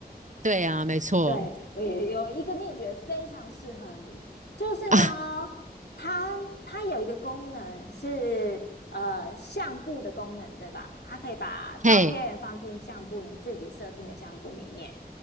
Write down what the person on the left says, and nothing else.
对，我也有一个秘诀非常适合你，就是呢，
它它有一个功能是呃相簿的功能，对吧？它可以把照片放进相簿，
你自己设定的相簿里面。